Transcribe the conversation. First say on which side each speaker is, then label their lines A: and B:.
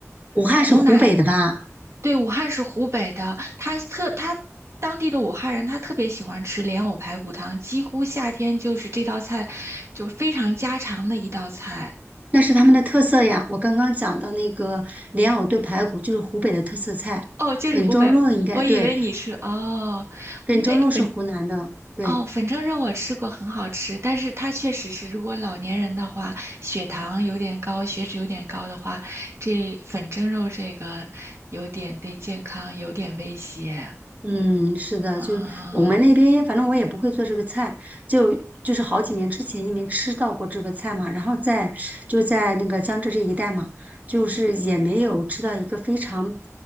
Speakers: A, on the right; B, on the right.
A: 武汉是湖北的吧？
B: 湖南，对，武汉是湖北的，他特他当地的武汉人，他特别喜欢吃莲藕排骨汤，几乎夏天就是这道菜，就非常家常的一道菜。
A: 那是他们的特色呀。我刚刚讲的那个莲藕炖排骨就是湖北的特色菜，
B: 哦，就是湖北，
A: 梗蒸肉应该对，
B: 我以为你是哦，
A: 梗蒸肉是湖南的，
B: 那粉
A: 对。
B: 哦，粉蒸肉我吃过，很好吃，但是它确实是，如果老年人的话，血糖有点高，血脂有点高的话，这粉蒸肉这个有点对健康有点威胁。
A: 嗯，是的，就是我们那边，
B: 啊
A: 反正我也不会做这个菜，就就是好几年之前因为吃到过这个菜嘛，然后在就在那个江浙这一带嘛，就是也没有吃到一个非常